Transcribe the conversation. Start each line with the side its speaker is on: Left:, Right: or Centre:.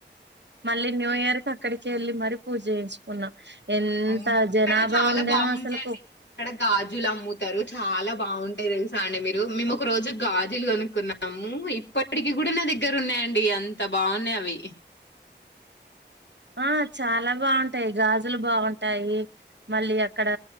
Right: మళ్ళీ న్యూ ఇయర్ కి అక్కడికి వెళ్ళి మరి పూజ చేయించుకున్నా ఎంత
Left: అవునా
Right: జనాభా
Left: అక్కడ చాలా
Right: ఉండేనో
Left: బాగుంటాయిడి
Right: అసలుకు
Left: అక్కడ గాజులు అమ్ముత రు చాలా బాగుంటాయి తెలుసా అండి మీరు మేము ఒక రోజు గాజులు కొనుక్కున్నాము ఇప్పటికి కూడా నా దగ్గర ఉన్నాయండి అంత బాగున్నాయి అవి
Right: ఆ చాలా బాగుంటాయి గాజులు బాగుంటాయి మళ్ళీ అక్కడ